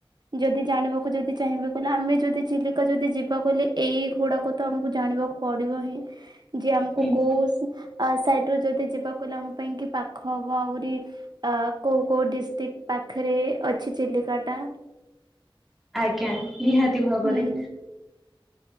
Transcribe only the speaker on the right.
ଯଦି ଜାଣିବାକୁ ଯଦି ଚାହିଁବେ କହିଲେ ଆମେ ଯଦି ଚିଲିକା ଯଦି ଯିବା କହିଲେ ଏଗୁଡ଼ାକତ ଆମକୁ ଜାଣିବାକୁ ପଡ଼ିବହିଁ ଯେଆମକୁ
କୋଉ ସା ଆଁ ସାଇଟିରୁ ଯଦି ଏତେ ଯିବାକୁହିଲେ ଆମ ପାଇଁକି ପାଖ ହବ ଆହୁରି ଆ କୋଉକେଉ ଡିଷ୍ଟିକ୍ଟ୍ ପାଖରେ ଅଛି ଚିଲିକାଟା।
ହୁଁ।